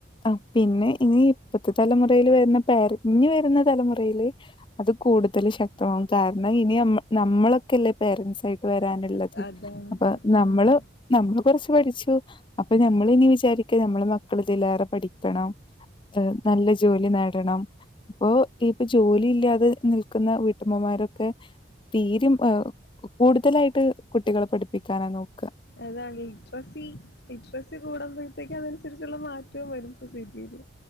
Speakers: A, on the left; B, on the left.
A: ആ, പിന്നെ ഇനി ഇപ്പത്തെ തലമുറയില് വരുന്ന പാര ഇനി വരുന്ന തലമുറയില്... അത് കൂടുതലും ശക്തമാവും. കാരണം ഇനി നമ്മളൊക്കെല്ലേ പേരൻസ് ആയിട്ട് വരാന്.
B: അതാണ്
A: അപ്പ നമ്മള്
B: ഉം
A: നമ്മള് കൊറച്ച് പഠിച്ചു... അപ്പൊ നമ്മള് ഇനി വിചാരിക്ക നമ്മള് മക്കള് ഇതിലേറെ പഠിക്കണം... ഹ, നല്ല ജോലി നേടണം. ഇപ്പൊ പ്പൊ ജോലി ഇല്ലാതെ നിൽക്കുന്ന വീട്ടമ്മമാരൊക്കെ. തീരിം ഹ കൂടുതലായിട്ട് കുട്ടികളെ പഠിപ്പിക്കാനാ നോക്ക.
B: അതാണ് ഇന്ററസി... ഇൻട്രസ്സ്റ്റ് കൂടുമ്പോഴത്തേക്ക് അതനുസരിച്ചുള്ള മാറ്റവും വരും സൊസൈറ്റിയില്.